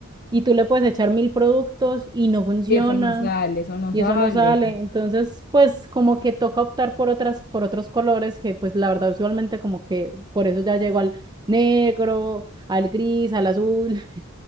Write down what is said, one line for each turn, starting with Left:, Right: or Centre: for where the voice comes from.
Right: y tú le puedes echar mil productos y no funciona
Left: eso no sale, eso no
Right: y
Left: sale.
Right: eso no sale. Entonces, pues como que toca optar por otras, por otros colores que pues la verdad usualmente como que por eso ya llego al negro, al gris, al azul